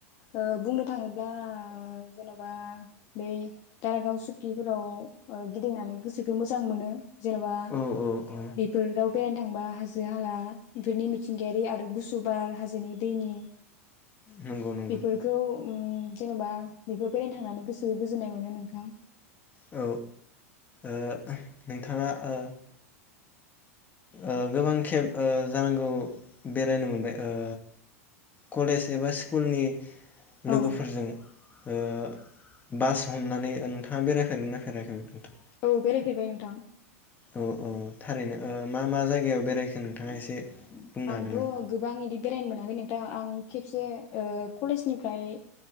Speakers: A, on the left; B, on the left.
A: ओ बुंनो थाङोब्ला जेन'बा बे दारागाव सुकिफोराव गिदिंनानै गोसोखौ मोजां मोनो। जेन'बा
B: औ औ औ
A: बेफोराव बेरायनो थाङो। बा हाजो हाला बेफोरनि मिथिंगायारि आरो गुसुुबार हाजोनि दैनि।
B: नंगौ नंगौ
A: बेफोरखौ ओम जेन'बा बेफोर बेरायनो थांनानै गोसो गोजोननाय मोनो नोंथां।
B: औ ओ नोंथाङा ओ ओ गोबां खेब ओ जानांगौ बेरायनो मोनबाय ओ कलेज एबा स्कुलनि
A: औ
B: लोगोफोरजों। ओ बास हमनानै नोंथाङा बेरायफेरदोंना बेरायफेराखैमोन नोंथां?
A: औ बेरायफेरबाय नोंथां।
B: औ औ थारैनो ओ मा मा जायगायाव बेरायखो नोंथाङा एसे बुंनो
A: आंथ'
B: हागोन नामा?
A: गोबां इदि बेरायनो मोनाखै नोंथां आं खेबसे ओ कलेजनिफ्राय